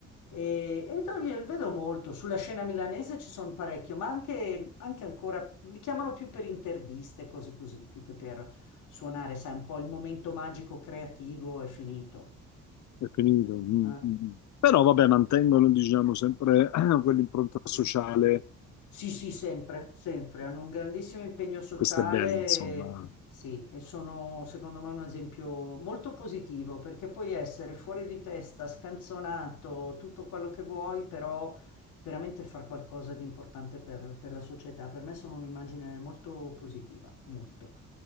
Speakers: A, on the left; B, on the left.
A: E, e io li vedo molto, sulla scena milanese ci sono parecchio, ma anche, anche ancora, li chiamano più per interviste, cose così, più che per suonare, sai, un po' il momento magico creativo è finito.
B: preferito. mm,
A: Eh.
B: mm, mm. Però vabbè, mantengono, diciamo, sempre <clears throat> quell'impronta sociale.
A: Sì, sì, sempre, sempre. Hanno un grandissimo impegno sociale,
B: Questo è bello,
A: eh,
B: insomma.
A: sì, e sono secondo me un esempio molto positivo, perché puoi essere fuori di testa, scanzonato, tutto quello che vuoi, però veramente far qualcosa di importante per, per la società. Per me sono un'immagine molto positiva, molto.